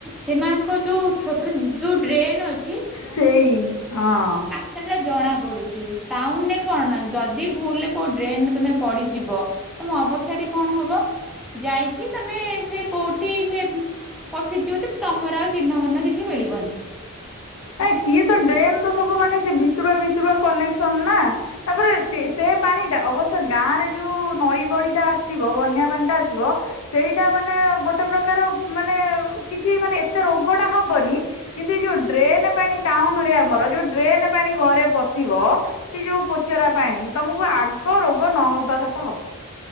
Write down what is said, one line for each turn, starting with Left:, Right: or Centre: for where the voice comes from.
Centre: ସେମାନଙ୍କ ଯୋଉ ଛୋଟ ଯୋଉ ଡ୍ରେନ ଅଛି
Left: ସେଇ ହଁ।
Centre: ସେଟା ଜଣା ପଡୁଛି ଟାଉନରେ କଣ ଯଦି ଭୁଲରେ କୋଉ ଡ୍ରେନରେ ତମେ ପଡିଯିବ ତମ ଅବସ୍ଥାଟି କଣ ହବ ଯାଇକି ତମେ ସେ କୋଉଠି ସେ ପଶିଯିବ ତ ତମର ଆଉ ଚିହ୍ନବଣ୍ଣ କିଛି ମିଳିବନି।
Left: ନାଇଁ ସିଏ ତ ଡ୍ରେନ ତ ସବୁ ମାନେ ସେ ଭିତରୁଆ ଭିତରୁଆ କନେକ୍ସନ ନା! ତାପରେ ସେ ସେ ପାଣି ଟା ଅବଶ୍ୟ ଗାଁ ରେ ଯୋଉ ନଈ ବଡି ଟା ଆସିବ ବନ୍ୟା ପାଣି ଟା ଆସିବ ସେଇଟା ମାନେ ଗୋଟେ ପ୍ରକାର ମାନେ କିଛି ମାନେ ଏତେ ରୋଗଟା ହବନି କିନ୍ତୁ ଏ ଯଉ ଡ୍ରେନେ ପାଣି ଟାଉନୁ ରେ ଆମର ଯଉ ଡ୍ରେନେ ପାଣି ଘରେ ପଶିବ ସେ ଯଉ ପୋଚରା ପାଣି ତମକୁ ଆଗ ରୋଗ ନହବା କଥା ହବ।